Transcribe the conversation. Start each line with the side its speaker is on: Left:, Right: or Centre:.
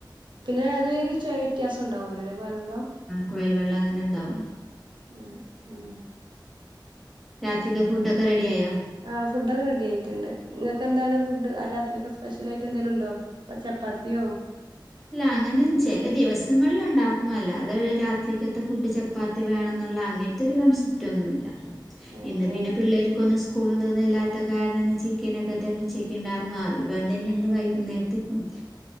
Right: പിന്നെ അതൊരു ചൊയ വ്യത്യാസം ഉണ്ടാവല്ലോലെ കൊഴൽവെള്ളം
Centre: കോയൽ വെള്ളം അങ്ങനെ ഉണ്ടാവും
Right: ആ ആ
Centre: രാത്രിക്ക് ഫുഡൊക്കെ റെഡിയായോ
Right: ആ ഫുഡൊക്കെ റെഡി ആയിട്ടുണ്ട് നിങ്ങൾക്ക് എന്താണ് ഫുഡ്‌ ആ രാത്രിയൊക്കെ സ്പെഷ്യൽ ആയിട്ട് എന്തേലും ഒണ്ടോ ചപ്പാത്തിയോ
Centre: ഇല്ല അങ്ങനെ ചില ദിവസങ്ങളിൽ ഉണ്ടാക്കും അല്ല അത് രാത്രിക്കത്തെ ഫുഡ് ച പ്പാത്തി വേണം എന്നുള്ള അങ്ങനത്തെ ഒരു കൺസെപ്റ്റൊന്നുല്ല
Right: ഏഹ്
Centre: ഇന്ന് പിന്നെ പിള്ളേര്ക്കൊന്നും സ്കൂള് എന്തോന്നും ഇല്ലാത്ത കാരണം ഇന്ന് ചിക്കനൊക്കെ തന്നെ ഉച്ചയ്ക്ക്‌ ഉണ്ടായിരുന്നു ആ വിഭവം തന്നെയാണിന്ന് വൈകുന്നേരം ത്തിപ്പം